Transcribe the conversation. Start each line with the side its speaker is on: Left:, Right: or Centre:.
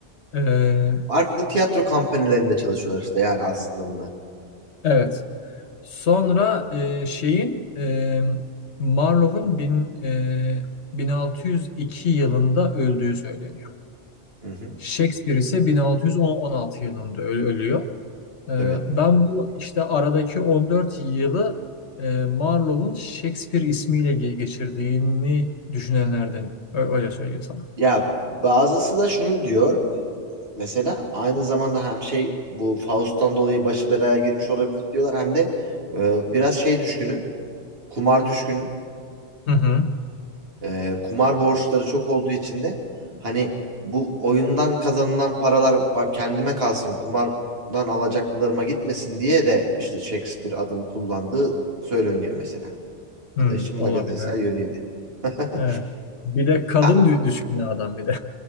Left: Ee,
Right: Farklı tiyatro kampanyalarında çalışıyorlar işte yani aslında bunlar.
Left: evet. Sonra e, şeyin e, Marlowe'un bin, e, 1602 yılında öldüğü söyleniyor.
Right: Hı-hı.
Left: Shakespeare ise 1616 yılında ö- ölüyor. Ee,
Right: Evet.
Left: ben bu işte aradaki 14 yılı e, Marlowe'un Shakespeare ismiyle ge- geçirdiğini düşünenlerdenim. Ö- öyle söyleyeyim sana.
Right: Ya bazısı da şunu diyor mesela aynı zamanda hem şey bu Faust'tan dolayı başı belaya girmiş olabilir diyorlar hem de e, biraz şey düşkünü kumar düşkünü.
Left: Hı hı.
Right: Ee, kumar borçları çok olduğu için de hani bu oyundan kazanılan paralar bak kendime kalsın kumardan alacaklarıma gitmesin diye de işte Shakespeare adını kullandığı söyleniyor mesela.
Left: Hı,
Right: Bu da işin
Left: olabilir.
Right: magazinsel yönüydü. <laughs>
Left: Evet. Bir de kadın
Right: Ha,
Left: dü- düşkünü adam bir de.